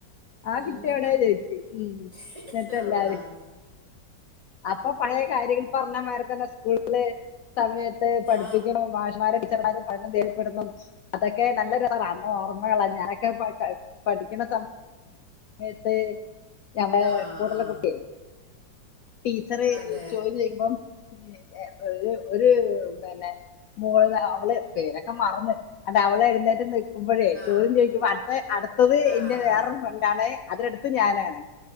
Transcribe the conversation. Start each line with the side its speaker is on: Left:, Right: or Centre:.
Left: ആ
Right: മ്
Left: കുട്ടിയുടെ
Right: ഹ്
Left: ജയിക്കും ഉം.
Right: ഹ്
Left: എന്നിട്ട്
Right: ഹ്
Left: എല്ലാരും
Right: അല്ലാഹ്
Left: അപ്പൊ പഴയ കാര്യങ്ങൾ പറഞ്ഞ മാരെ തന്നെ സ്കൂളില് സമയത്ത് പഠിപ്പിക്കണംമാഷമാര
Right: ആ
Left: <unintelligible> അതൊക്കെ നല്ലൊരുാന്ന ഓർമ്മകളാണ് ഞാനൊക്കെ പഠിക്കുന്ന സമയ
Right: <inaudible>
Left: മയത്ത് ഞമ്മടെ
Right: ആ
Left: കൂടുള്ള
Right: ആ
Left: കുട്ടി ടീച്ചറെ
Right: അതെ
Left: ചോദി ചെയിക്കുമ്പം <unintelligible> ഒരു പിന്നെ <unintelligible> അവള് പേരൊക്കെ മറന്ന് അ അവള് <unintelligible> മുമ്പഴേ
Right: ആ
Left: ചോദ്യം ചോദിക്കുമ്പ അടുത്ത അടുത്തത്
Right: ആ
Left: എന്റെ വേറൊരു
Right: ആ
Left: ഫ്രണ്ടാണ് അതിടുത്ത് ഞാനാണ്